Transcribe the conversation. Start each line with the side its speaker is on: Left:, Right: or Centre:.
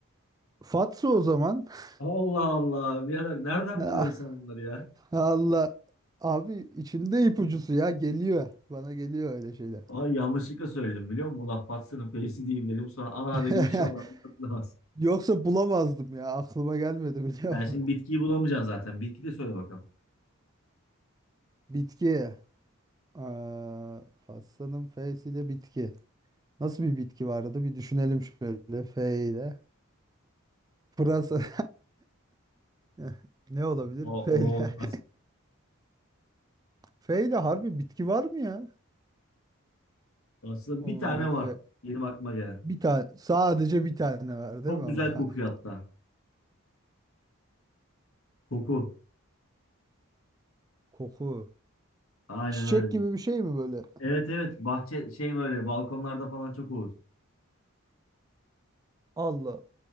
Right: Fatsa o zaman. <laughs>
Left: Allah Allah. Birader nereden
Right: Ah,
Left: buluyorsun sen bunları ya?
Right: Allah. Abi içinde ipucusu ya geliyor. Bana geliyor öyle şeyler.
Left: Ay yanlışlıkla söyledim biliyor musun? Ulan Fatsa'nın F'si diyeyim dedim. Sonra ana
Right: <laughs>
Left: dedim inşallah bunu hatırlamaz.
Right: Yoksa bulamazdım ya. Aklıma gelmedi biliyor
Left: Sen
Right: musun?
Left: şimdi bitkiyi bulamayacaksın zaten. Bitki de söyle bakalım.
Right: Bitki. Aa, Fassa'nın F'si ile bitki. Nasıl bir bitki vardı? Bir düşünelim şöyle F ile. Pırasa. <laughs> Ne olabilir?
Left: O,
Right: F
Left: o
Right: ile.
Left: olmaz.
Right: <laughs> F ile harbi bitki var mı ya?
Left: Aslında
Right: Aa,
Left: bir tane
Right: F.
Left: var. Benim aklıma gelen.
Right: Bir tane sadece bir tane var değil
Left: Çok
Right: mi
Left: güzel
Right: ama?
Left: kokuyor
Right: <laughs>
Left: hatta. Koku.
Right: Koku.
Left: Aynen
Right: Çiçek
Left: öyle.
Right: gibi bir şey mi böyle?
Left: Evet evet bahçe şey böyle balkonlarda falan çok olur.
Right: Allah.